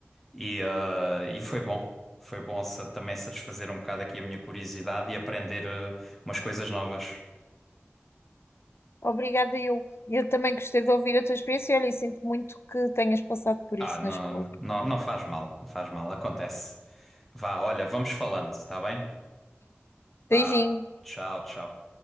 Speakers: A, in the centre; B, on the left.
A: e, eh, e foi bom. Foi bom sa- também satisfazer um bocado aqui a minha curiosidade e aprender, eh, umas coisas novas.
B: Obrigada, eu. Eu também gostei de ouvir a tua experiência e olha, e sinto muito que tenhas passado por
A: Ah,
B: isso
A: não,
B: na escola.
A: não, não faz mal, não faz mal, acontece. Vá, olha, vamos falando, está bem? Pá,
B: Beijinho.
A: tchau, tchau.